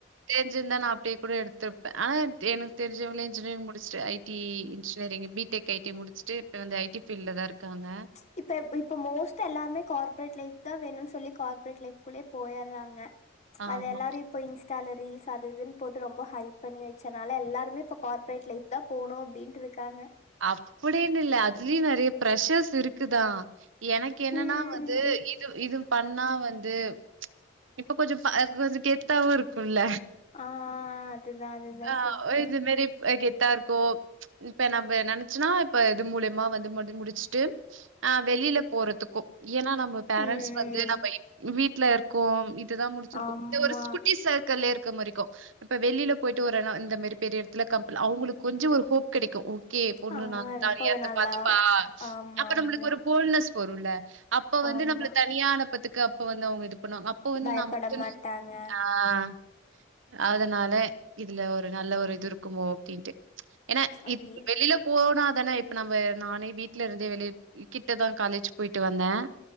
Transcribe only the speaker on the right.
தெரிஞ்சிருந்தா நான் அப்படியே கூட எடுத்துப்பன் எனக்கு தெரிஞ்சவங்களே இன்ஜினியரிங் முடிச்சுட்டு ஐடி இன்ஜினியரிங் பீடெக் ஐடி முடிச்சுட்டு இப்போ வந்து ஐடி ஃபீல்ல தான் இருக்காங்க.
ஆமா.
அப்படினு இல்ல அதுலயும் நிறைய ப்ஷர்ஸ் இருக்குதான் எனக்கு என்னன்னா
வந்து இது இது பண்ணா வந்து இப்ப கொஞ்சம் ஆஹ் கொஞ்சம் கேத்தாவும் இருக் குல்ல
ஆஹ்
ஒ இது மேரி கெத் இருக்கோ இப்ப நம்ப நினைச்சுன்னா இப்ப இது மூலியமா வந்து முடி முடிச்சுட்டு ஆஹ் வெளியில போறதுக்கும் ஏன்னா நம்ப பேரண்ட்ஸ்
வந்து நம்ப இப் வீட் இட்ளர் கோம் இதுதா முடிச்சிருக்கும்
த ஒருஸ் குட்டி சர்க்கலிர் முருக்கும் இப்ப வெளியில போயிட்டு ஒரு இந்த மாரி பெரிய இடத்துல கப்ல் அவங்களுக்கு கொஞ்ச ஒரு ஹோப் கிடைக்கும் ஓகே பொண்ணு
நான் தனியார
பாத்துப்பா
அப்ப நம்மளுக்கு
ஒரு போல்னஸ் வரும்ல்ல அப்ப வந்து
நம்மள தனியானப்பத்து அப்ப வந்து அவங்க இது அப்ப வந்து
நமக்கு
ஆஹ் அதனால இதுல ஒரு நல்ல ஒரு இது இருக்குமோ அப்படின்ட்டு ஏன்னா
இப் வெளியில போனா தானே இப்ப நம்ம நானே வீட்டு்ல இருந்தே வெளிய கிட்டதான் காலேஜ் போயிட்டு வந்தேன்